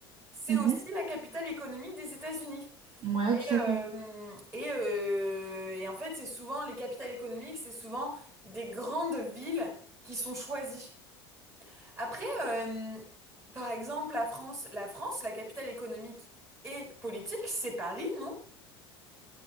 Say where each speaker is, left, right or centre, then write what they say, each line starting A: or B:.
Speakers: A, on the right; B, on the right.
A: c'est
B: Mhm.
A: aussi la capitale économique des États-Unis.
B: Ouais, tout à
A: Euh,
B: fait.
A: et, euh, et en fait, c'est souvent les capitales économiques, c'est souvent des grandes villes qui sont choisies. Après, euh, par exemple, la France, la France, la capitale économique et politique, c'est Paris, non?